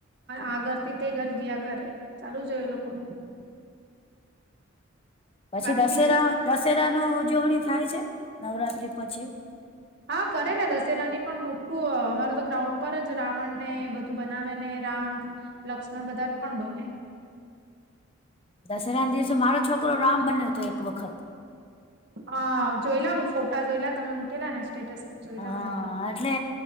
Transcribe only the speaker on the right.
આ ઘરથી તે ઘર જયા કરે ચાલુ જો એ લોકોનું.
બાકી
બીજું શું
હા કરે ને દશેરા ની પણ મોટું અમારું તો ગ્રાઉન્ડ પર જ રાવણ ને બધું બનાવે ને રામ લક્ષ્મણ બધા પણ બનાએ.
હા જોઈ લ હું ફોટા જોઈ લ તમે મૂકેલા ને સ્ટેટસ પર જોયેલા
હું એ ફોટા